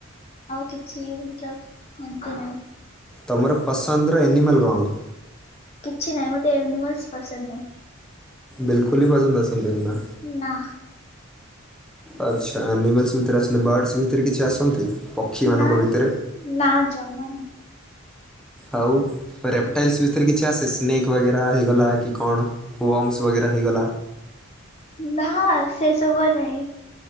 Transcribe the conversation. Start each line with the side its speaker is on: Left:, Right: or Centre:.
Left: ଆଉ କିଛି ମତଲବ ଏମିତି ନାହିଁ।
Centre: ତୁମର ପସନ୍ଦର ଆନିମଲ୍ କଣ?
Left: କିଛି ନାହିଁ ମତେ ଏନିମଲସ ପସନ୍ଦ ନାହିଁ।
Centre: ବିଲକୁଲ ବି ପସନ୍ଦ ଆସନ୍ତିନି ବା?
Left: ନା।
Centre: ଆଚ୍ଛା ଆନିମଲସ ଭିତରେ ଆସନ୍ତି ବାର୍ଡସ୍ ଭିତରେ କିଛି ଆସନ୍ତି ପକ୍ଷୀ ମାନଙ୍କ
Left: ନା
Centre: ଭିତରେ?
Left: ନା ଜମାନି
Centre: ଆଉ ରେପଟାଇଲ୍ସ ଭିତରେ କିଛି ଆସେ ସ୍ନେକ୍ ବଗେରା ହେଇଗଲା କି କଣ? ୱମସ୍ ବଗେରା ହେଇଗଲା
Left: ନାହାଁ ସେ ସବୁ ନାହିଁ